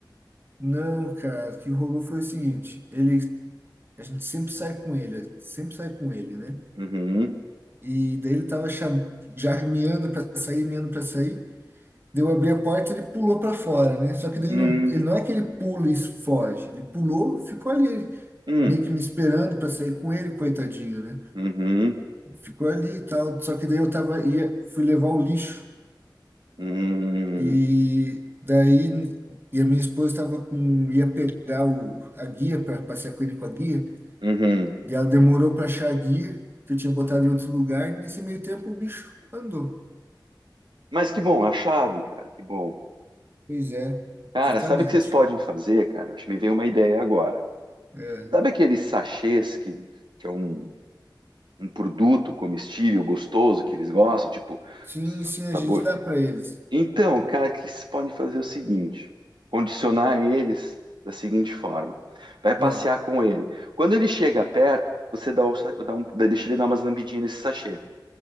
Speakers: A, on the right (about 30°); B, on the right (about 80°).
A: Não, cara, o que rolou foi o seguinte, ele, a gente sempre sai com ele, sempre sai com ele, né?
B: Uhum.
A: E daí ele tava cham... já miando pra sair, miando pra sair. Daí eu abri a porta, ele pulou pra fora, né? Só que daí
B: Hum,
A: ele não, ele não é que ele pula e foge, ele pulou, ficou ali
B: hum,
A: meio que me esperando pra sair com ele, coitadinho, né?
B: uhum,
A: Ficou ali e tal, só que daí eu tava ia fui levar o lixo
B: hum,
A: e daí e a minha esposa tava com ia pegar o a guia para passear com ele com a guia.
B: uhum.
A: E ela demorou para achar a guia, que eu tinha botado em outro lugar, e nesse meio tempo o bicho andou.
B: Mas que bom, acharam, cara, que bom.
A: Pois é,
B: Cara,
A: justamente.
B: sabe o que vocês podem fazer, cara? Acho que me veio uma ideia agora.
A: É.
B: Sabe aqueles sachês que, que é um, um produto comestível gostoso que eles gostam, tipo
A: Sim,
B: sa-
A: sim, a
B: sabor?
A: gente dá para eles.
B: Então, cara, o que vocês podem fazer é o seguinte: condicionar eles da seguinte forma. Vai passear
A: Ah,
B: com ele. Quando ele chega perto, você dá, o sa- dá um, deixa ele dar umas lambidinhas nesse sachê.